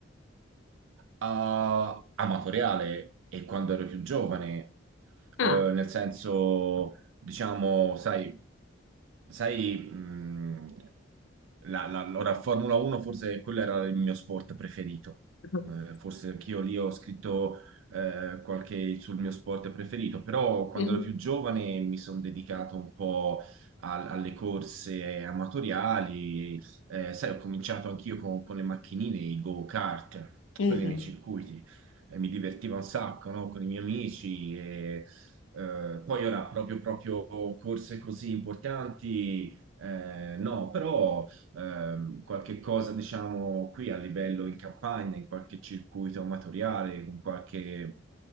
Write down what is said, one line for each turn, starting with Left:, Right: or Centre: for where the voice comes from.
Right: a- amatoriale e quando ero più giovane,
Left: Ah,
Right: eh, nel senso, diciamo, sai sai, mh, la, la, ora Formula 1 forse quello era il mio sport preferito.
Left: <laughs>
Right: Eh, forse anch'io lì ho scritto eh, qualche sul mio sport preferito, però quando
Left: mhm,
Right: ero più giovane mi sono dedicato un po' al- alle corse amatoriali. Eh, sai, ho cominciato anch'io con, con le macchinine, i go-kart,
Left: mhm,
Right: quelli nei circuiti. Eh, Mi divertiva un sacco, no? Con i miei amici E eh, poi ora proprio, proprio corse così importanti, eh, no, però ehm, qualche cosa diciamo qui a livello in campagna, in qualche circuito amatoriale, con qualche